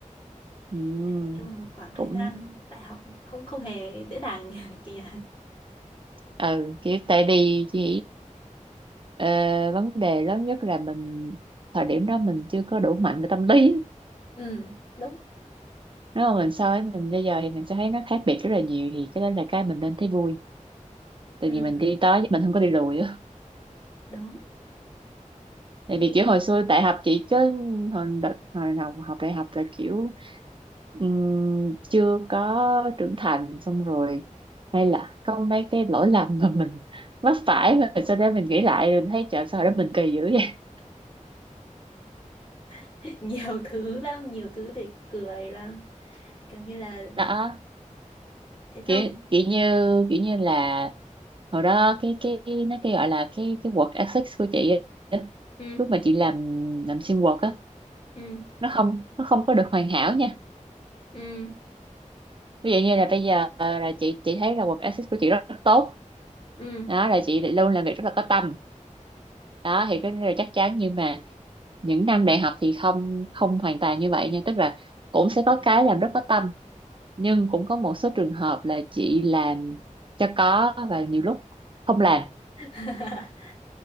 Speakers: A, on the right; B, on the left.
A: ừ
B: nói chung là một khoảng thời
A: cũng
B: gian đại học không không hề dễ dàng <laughs> chị nhỉ
A: ừ kiểu tại vì chỉ ờ, vấn đề lớn nhất là mình thời điểm đó mình chưa có đủ mạnh về tâm lý á.
B: ừ đúng
A: nếu mà mình so với mình bây giờ thì mình sẽ thấy nó khác biệt rất là nhiều thì cái đó là cái mình nên thấy vui tại
B: Ừ,
A: vì mình đi tới chứ mình không có đi lùi á
B: đúng.
A: tại
B: Em
A: vì
B: nghĩ
A: kiểu
B: là
A: hồi xưa đại học chị cứ hồi đợt hồi đầu học đại học là kiểu ừm, chưa có trưởng thành xong rồi hay là có mấy cái lỗi lầm mà mình mắc phải mà sau đó mình nghĩ lại rồi mình thấy trời sao hồi đó mình kỳ dữ vậy
B: <laughs> nhiều thứ lắm, nhiều thứ để cười lắm. Kiểu như là
A: <laughs> đó
B: thế
A: kiểu
B: sao
A: kiểu như kiểu như là hồi đó cái cái nó cái gọi là cái cái work ethics của chị á,
B: ừ
A: lúc mà chị làm làm sim work á
B: ừ
A: nó không nó không có được hoàn hảo nha
B: ừ
A: ví dụ như là bây giờ ờ, là chị chị thấy là work ethics của chị rất tốt
B: ừ
A: đó là chị luôn làm việc rất là có tâm đó thì cái là chắc chắn nhưng mà những năm đại học thì không không hoàn toàn như vậy nha tức là cũng sẽ có cái làm rất có tâm nhưng cũng có một số trường hợp là chị làm cho có và nhiều lúc không làm
B: <laughs>